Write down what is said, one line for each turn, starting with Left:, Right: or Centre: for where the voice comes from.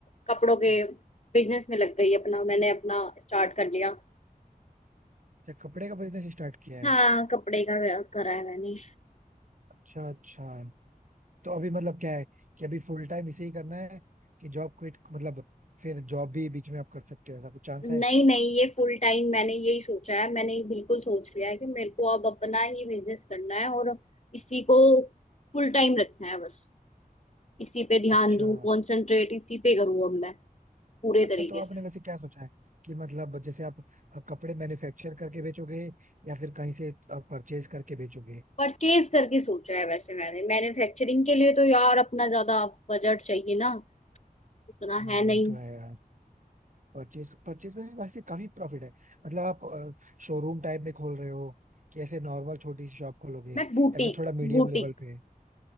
Left: कपड़ों
Right: क्यों
Left: के बिजनेस में लग गई अपना मैंने अपना स्टार्ट कर लिया
Right: क्या कपड़े का बिजनेस स्टार्ट किया है
Left: हाँ कपड़े का करा है मैंने
Right: अच्छा अच्छा तो अभी मतलब क्या है कि अभी फुल टाइम इसे ही करना है कि जॉब क्विट मतलब फिर जॉब भी बीच में आप कर सकते हो ऐसा कुछ चांस
Left: नहीं
Right: है
Left: नहीं ये फुल टाइम मैंने यही सोचा है मैंने बिल्कुल सोच लिया है कि मेरे को अब अपना ही बिजनेस करना है और इसी को फुल टाइम रखना है बस इसी पे ध्यान
Right: अच्छा
Left: दूं कंसंट्रेट इसी पे करूँ अब मैं पूरे
Right: अच्छा
Left: तरीके
Right: तो आपने
Left: से
Right: वैसे क्या सोचा है कि मतलब जैसे आप कपड़े मैन्युफैक्चर करके बेचोगे या फिर कहीं से परचेज करके बेचोगे
Left: परचेज करके सोचा है वैसे मैंने मैन्युफैक्चरिंग के लिए तो यार अपना ज्यादा बजट चाहिए ना उतना
Right: हाँ
Left: है
Right: वो
Left: नहीं
Right: तो है यार परचेज परचेज में भी वैसे काफी प्रॉफिट है मतलब आप शोरूम टाइप में खोल रहे हो कि ऐसे नॉर्मल छोटी सी शॉप खोलोगे
Left: मैं
Right: या
Left: बुटीक
Right: फिर थोड़ा मीडियम
Left: बुटीक
Right: लेवल पे